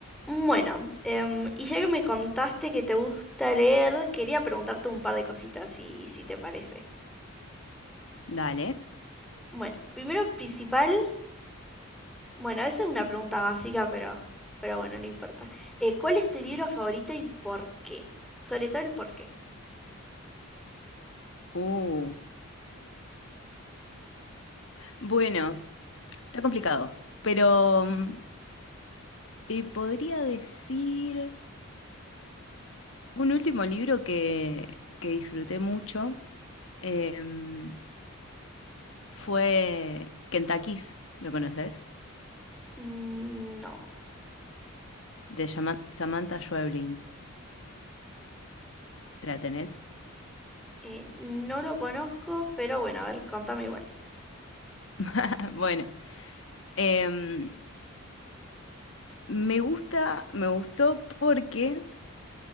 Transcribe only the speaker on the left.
Dale.
Uh, bueno, está complicado, pero mm, te podría decir un último libro que, que disfruté mucho em, fue Kentucky's, ¿lo conoces?
De Yama- Samantha Schweblin, ¿la tenés?
<laughs> Bueno, em, me gusta, me gustó porque